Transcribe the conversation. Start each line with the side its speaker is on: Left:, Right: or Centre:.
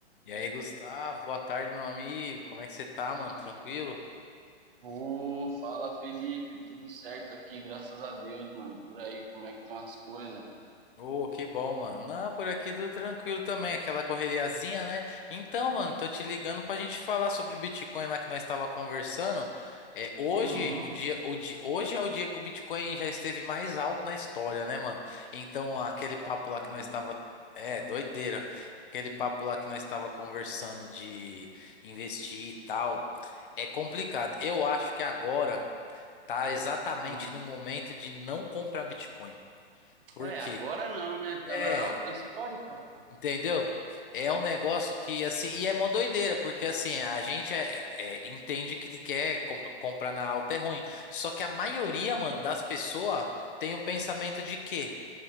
Left: E aí, Gustavo, boa tarde, meu amigo. Como é que você tá, mano? Tranquilo?
Right: Ô, fala Felipe, tudo certo aqui, graças a Deus, mano. E por aí, como é que estão as coisas?
Left: Ô, que bom, mano. Não, por aqui tudo tranquilo também, aquela correriazinha, né? Então, mano, tô te ligando pra gente falar sobre Bitcoin lá que nós estava conversando. É, hoje,
Right: Uhum.
Left: o dia, o di- hoje é o dia que o Bitcoin já esteve mais alto na história, né, mano? Então, aquele
Right: Nossa,
Left: papo
Right: doideira,
Left: lá que nós estava,
Right: hein?
Left: é, doideira. Aquele papo lá que nós estava conversando de investir e tal, é complicado. Eu acho que agora Tá exatamente
Right: Hum.
Left: no momento de não comprar Bitcoin. Por
Right: É,
Left: quê?
Right: agora não, né?
Left: É,
Right: Tá na alta histórica, pô.
Left: entendeu? É um negócio que assim, e é uma doideira, porque assim, a gente é- é- entende que quer comp- comprar na alta é ruim. Só que a maioria, mano, das pessoas tem o pensamento de que